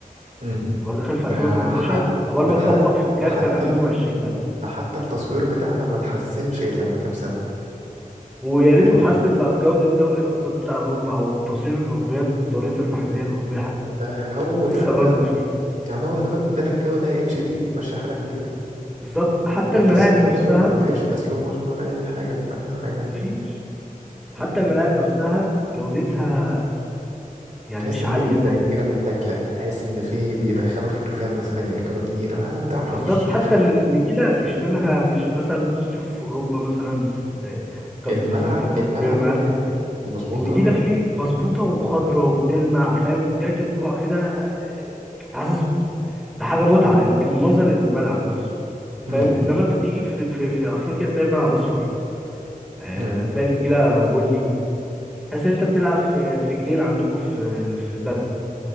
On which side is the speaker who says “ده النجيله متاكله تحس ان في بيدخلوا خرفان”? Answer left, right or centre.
Right